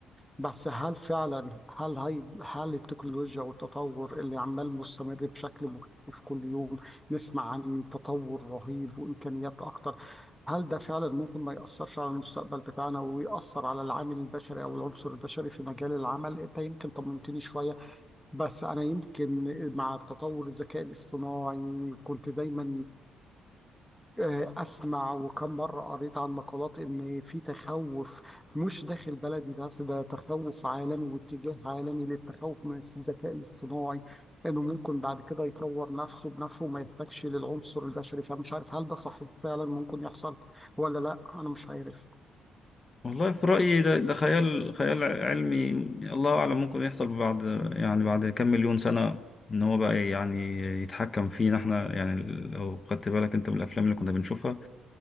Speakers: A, in the centre; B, on the left.
A: بس هل فعلا هل هي هل التكنولوجيا والتطور اللي عمال مستمر بشكل مختلف كل يوم نسمع عن تطور رهيب وامكانيات اكتر هل ده فعلا ممكن ما يأثرش على المستقبل بتاعنا ويأثر على العامل البشري او العنصر البشري في مجال العمل انت يمكن طمنتني شويه بس انا يمكن مع تطور الذكاء الاصطناعي كنت دايما آه، أسمع وكم مرة قريت عن مقالات إن في تخوف مش داخل بلدي بس ده تخوف عالمي واتجاه عالمي للتخوف من الذكاء الاصطناعي إنه ممكن بعد كده يطور نفسه بنفسه وما يحتاجش للعنصر البشري فمش عارف هل ده صحيح فعلا ممكن يحصل ولا لا أنا مش عارف
B: والله في رأيي ده, ده خيال خيال علمي الله أعلم ممكن يحصل بعد يعني بعد كام مليون سنة إن هو بقى يعني يتحكم فينا إحنا يعني لو خدت بالك أنت من الأفلام اللي كنا بنشوفها